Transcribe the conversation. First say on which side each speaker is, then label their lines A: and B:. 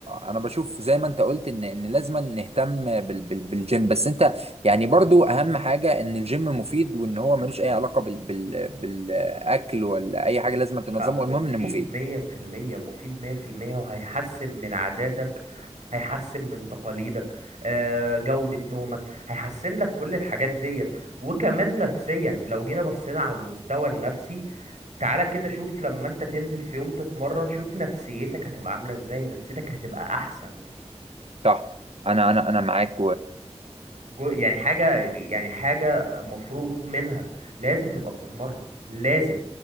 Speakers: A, on the right (about 60°); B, on the right (about 85°).
A: أنا بشوف زي ما أنت قلت إن إن لازم نهتم بال بال بالجيم بس أنت يعني برضو أهم حاجة إن الجيم مفيد وإن هو ملوش أي علاقة بال بال بالأكل ولا أي حاجة لازم تنظمه
B: لا مفيد
A: المهم إنه مفيد
B: مية في المية مفيد مية في المية وهيحسن من عاداتك هيحسن من تقاليدك آه، جودة نومك هيحسن لك كل الحاجات ديت وكمان نفسيا لو جينا بصينا على المستوى النفسي تعالى كده شوف لما انت تنزل في يوم تتمرن شوف نفسيتك هتبقى عاملة ازاي نفسيتك هتبقى احسن
A: صح أنا أنا أنا معاك
B: جو يعني حاجة يعني حاجة مفروغ منها لازم تبقى بتتمرن لازم